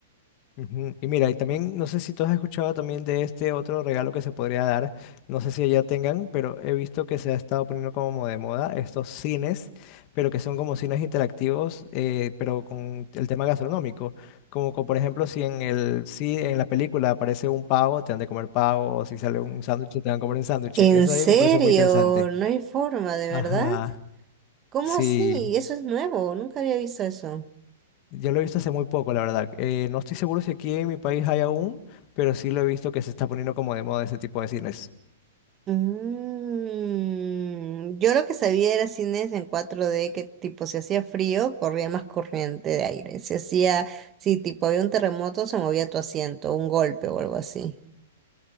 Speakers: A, on the left; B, on the right.
A: Ujú, Y mira, y también no sé si tú has escuchado también de este otro regalo que se podría dar, no sé si allá tengan, pero he visto que se ha estado poniendo como de moda estos cines, pero que son como cines interactivos, eh, pero con el tema gastronómico, como, co- por ejemplo si en el si en la película aparece un pavo, te han de comer pavo, o si sale un sándwich, te van a comer un sándwich.
B: ¿En
A: Eso
B: serio?
A: ahí me parece muy interesante.
B: No hay forma, ¿de verdad?
A: Ajá,
B: ¿Cómo
A: sí.
B: así? Eso es nuevo, nunca había visto eso.
A: Yo lo he visto hace muy poco, la verdad. Eh, no estoy seguro si aquí en mi país hay aún, pero sí lo he visto que se está poniendo como de moda ese tipo de cines.
B: Mm, yo lo que sabía era cines en cuatro d que tipo si hacía frío, corría más corriente de aire. Si hacía, si tipo había un terremoto, se movía tu asiento, un golpe o algo así.